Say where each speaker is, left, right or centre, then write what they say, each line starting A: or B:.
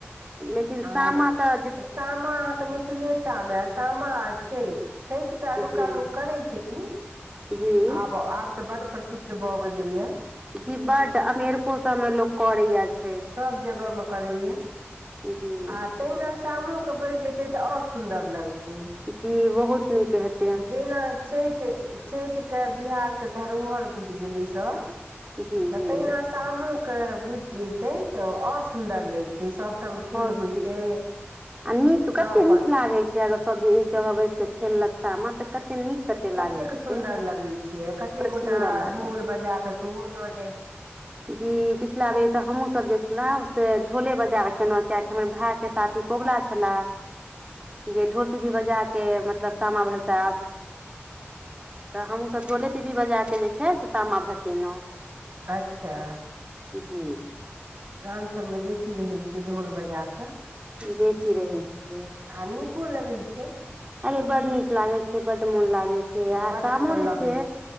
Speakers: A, on the right; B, on the right.
A: लेकिन सामा
B: आर
A: त
B: सामा अहाँ के मिथिले टा मे या सामा आ छै छैठ तऽ अनुका
A: जी
B: लोक करै छथिन
A: जी
B: आब आब तऽ बड प्रसिद्ध भऽ गेलय या
A: जी बड अमेरिको सब मे लोक करय एछ
B: सभ जगह मे करै या
A: जी
B: आ तेहि मे शामो के बैठ जेतै तऽ आओर सुन्दर लगतै
A: जी बहुत नीक हेते
B: जेहिना छै जे छैठ के बिहार के धरोहर बुझि गेलै ई सब
A: जी
B: तऽ
A: जी
B: तहिना सामोक बुझ जेतै तऽ आओर सुन्दर लेगतै सभठाम खेल
A: ओर सुन्दर
B: होइतै
A: नीक
B: सभ
A: कते
B: अपन
A: नीक लागे छै अगर जे एक जगह बैस के खेलक सामा तऽ कते नीक
B: कतेक
A: लागै छै
B: सुन्दर लगै छियै कतेक
A: बड़
B: गोटा
A: सुन्दर लागत
B: ढोल बजा कऽ सेहो लऽ जाइ छै
A: जी पिछिला बेर तऽ हमहूँ सब गेल छलहुँ से ढोले बाजा कऽ केना कियाक हमर भाय के साथी कोबला छैला जे पिपही बजा के मतलब सामा भसाब तऽ हमहूँसभ ढोले पीपही बजाके जे छै से सामा भसेलहुँ
B: अच्छा
A: जी
B: गाम सभमे बेसी रहै छै ढोल बजा कऽ
A: बेसी रहै छियै
B: आ नीको लगै छै।
A: अरे बड नीक लागे छै बड मोन लागे छै आ
B: बड्ड
A: शामो
B: मोन
A: जे
B: लगै
A: छै।